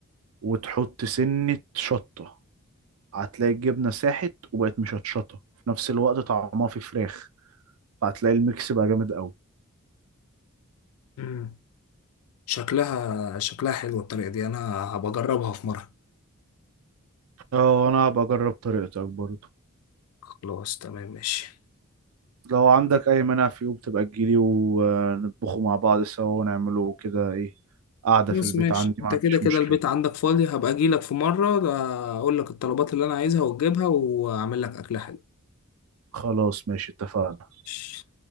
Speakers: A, on the right; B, on the left.
A: وتحط سنة شطة هتلاقي الجبنة ساحت وبقت مشطشطة في نفس الوقت طعمها في فراخ فهتلاقي الميكس بقى جامد قوي
B: مم. شكلها شكلها حلو الطريقة دي أنا هبجربها في مرة
A: اه انا هبقى اجرب طريقتك برضه
B: خلاص تمام ماشي
A: لو عندك اي مانع في يوم تبقى تجيلي ونطبخه مع بعض سوا ونعمله كده ايه قاعدة
B: خلاص
A: في البيت
B: ماشي
A: عندي
B: أنت
A: ما عنديش
B: كده كده
A: مشكلة
B: البيت عندك فاضي هبقى أجيلك في مرة أقول لك الطلبات اللي أنا عايزها وتجيبها وأعمل لك أكلة
A: خلاص ماشي اتفقنا
B: حلوة